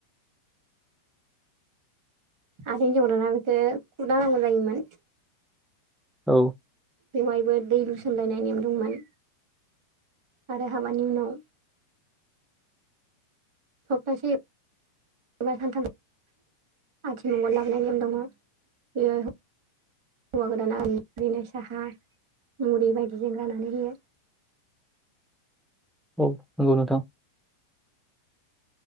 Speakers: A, on the right; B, in the centre.
A: आरो हिन्जावदाना बेखौ खुदा नांगौ जायोमोन।
B: औ
A: बेवहायबो दै लुसनलायनाय नेम दंमोन आरो हाबानि उनाव सप्तासे एबा सानथाम आथिमंगल लांनाय नेम दङो बेयो हौवा गोदाना ओरैनो साहा मुरि बायदिजों राननानै होयो
B: ओ नंगौ नोंथां